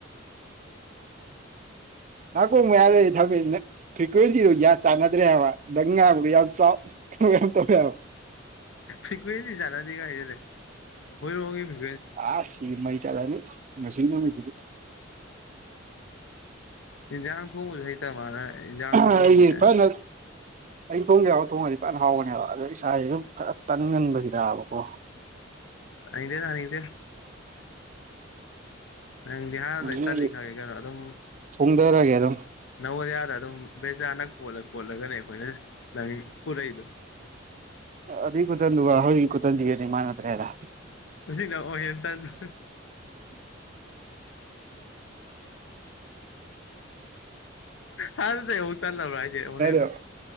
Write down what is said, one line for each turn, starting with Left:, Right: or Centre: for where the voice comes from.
Right: ꯅꯥꯀꯣꯡ ꯃꯌꯥꯗꯅꯦ ꯊꯝꯃꯦ ꯅꯪ ꯐ꯭ꯔꯤꯀ꯭ꯋꯦꯟꯁꯤꯗꯨ ꯌꯥ ꯆꯥꯟꯅꯗ꯭ꯔꯦ ꯍꯥꯏꯕ ꯅꯪ ꯉꯥꯡꯕꯗꯨ ꯌꯥꯝ ꯆꯥꯎ <unintelligible>
Left: <unintelligible>
Right: ꯑꯥ ꯁꯤꯗꯤ ꯃꯩ ꯆꯠꯂꯅꯤ ꯉꯁꯤꯒꯤ ꯅꯨꯃꯤꯠꯇꯗꯤ
Left: ꯏꯟꯖꯥꯡ <unintelligible>
Right: <unintelligible>
Left: ꯊꯣꯡꯉꯤꯅꯤ ꯀꯥꯏꯅ
Right: ꯑꯩꯅ ꯊꯣꯡꯒꯦ ꯌꯥꯎꯅ ꯊꯣꯡꯉꯗꯤ ꯐꯅ ꯍꯥꯎꯕꯅꯦꯕ ꯑꯗ ꯏꯁꯥꯥꯁꯦ ꯑꯗꯨꯨꯝ ꯈꯔ ꯇꯟꯒꯟꯕꯁꯤꯗꯥꯕꯀꯣ
Left: ꯇꯥꯅꯤꯡꯗꯦ ꯇꯅꯤꯡꯗꯦ ꯅꯪ ꯕꯤꯍꯥꯔꯗ
Right: ꯑꯗꯨ
Left: ꯇꯜꯂꯤ ꯈꯪꯉꯦ ꯀꯩꯅꯣ ꯑꯗꯨꯝ
Right: ꯊꯣꯡꯊꯔꯒꯦ ꯑꯗꯨꯝ
Left: ꯅꯕꯣꯗꯤꯌꯥ ꯗ ꯑꯗꯨꯝ ꯕꯦꯖꯥꯅ ꯀꯣꯜꯂ ꯀꯣꯜꯂꯒꯅꯦ ꯑꯩꯈꯣꯏꯅ ꯅꯪ ꯄꯨꯔꯛꯏꯗꯣ
Right: ꯑꯗꯨꯏ ꯈꯨꯇꯟꯗꯨꯒ ꯍꯧꯖꯤꯛꯀꯤ ꯈꯨꯇꯟꯁꯤꯒꯗꯤ ꯃꯥꯟꯅꯗ꯭ꯔꯦꯗꯥ
Left: ꯍꯧꯖꯤꯛꯅ ꯑꯃꯨꯛ ꯍꯦꯟꯅ ꯇꯟꯕ ꯍꯥꯟꯅꯗꯩ ꯑꯃꯨꯛ ꯇꯜꯂꯕ꯭ꯔꯥ ꯍꯥꯏꯁꯦ ꯑꯃꯨꯛ ꯍꯦꯟꯅ
Right: <unintelligible> <unintelligible>